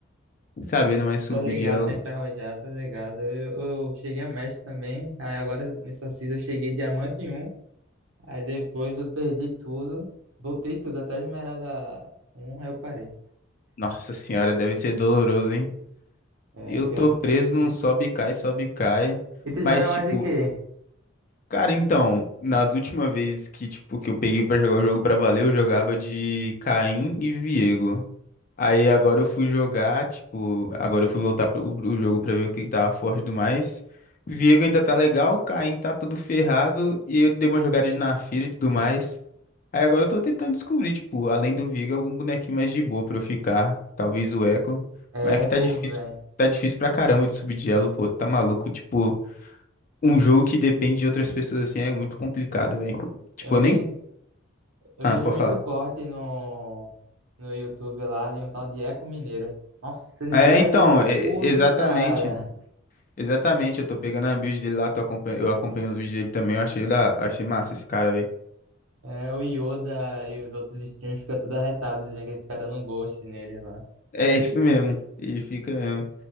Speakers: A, on the left; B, on the right.
A: sabendo mais subir
B: Tô ligado,
A: de elo.
B: tá enferrujado, tô ligado. Eu, eu cheguei a mestre também, aí agora nessa season eu cheguei diamante em um, aí depois eu perdi tudo, voltei tudo até esmeralda um aí eu parei.
A: Nossa senhora, deve ser doloroso, hein?
B: É,
A: Eu
B: cara.
A: tô preso num sobe e cai, sobe e cai.
B: E tu joga
A: Mas,
B: mais
A: tipo,
B: de quê?
A: cara, então, na última vez que, tipo, que eu peguei pra jogar o jogo pra valer, eu jogava de Caim e Viego. Aí agora eu fui jogar, tipo, agora eu fui voltar pro, pro jogo pra ver o que que tava forte e tudo mais. Viego ainda tá legal, Caim tá tudo ferrado e eu dei umas jogadas na fira e tudo mais. Aí agora eu tô tentando descobrir, tipo, além do Viego, algum bonequinho mais de boa pra eu ficar. Talvez o Echo.
B: Eco,
A: Mas é que tá difícil,
B: velho.
A: tá difícil pra caramba de subir de elo, pô, tá maluco. Tipo, um jogo que depende de outras pessoas assim é muito complicado, velho. Tipo,
B: Eu
A: eu
B: vi,
A: nem.
B: eu
A: Ah,
B: vejo
A: pode
B: muito
A: falar.
B: corte no, no YouTube lá de um tal de Eco Mineiro. Nossa, ele
A: É,
B: ganha
A: então,
B: de
A: e-
B: tudo,
A: exatamente.
B: cara.
A: Exatamente, eu tô pegando a build dele lá, tô acompanha- eu acompanho os vídeos dele também, eu achei, da... achei massa esse cara, velho.
B: É, o Yoda e os outros streamers ficam tudo arretados, dizendo que ele fica dando ghost nele lá.
A: É isso mesmo, ele fica mesmo.